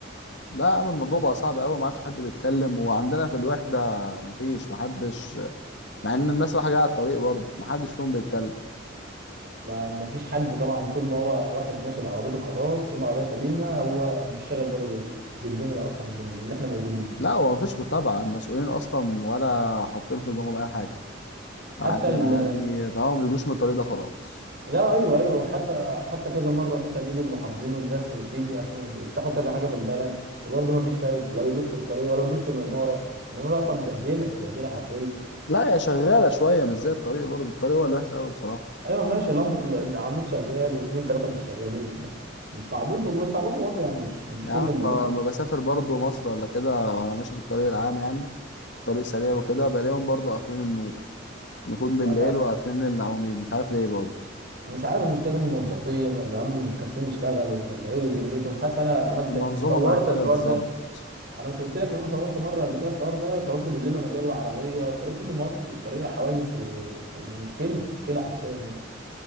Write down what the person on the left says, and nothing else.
لا يا عم الموضوع بقى صعب قوي ما عادش حد بيتكلم وعندنا في الوحده ما فيش ما حدش مع ان الناس رايحه جايه على الطريق برضه ما حدش فيهم بيتكلم
لا هو ما فيش متابعه المسؤولين اصلا ولا حاطين في دماغهم اي حاجه
قاعدين
عادي طبعا ما بيجوش من الطريق ده خلاص
لا هي شغاله شويه مش زي الطريق برضه الطريق هو الوحش قوي بصراحه
يا
عم
ما
ما بسافر برضه مصر ولا كده وانا ماشي في الطريق العام يعني طريق سريع وكده بلاقيهم برضه قافلين النور نكون بالليل
وقافلين العواميد مش عارف ليه برضه
المنظومه
محتاجه
تتظبط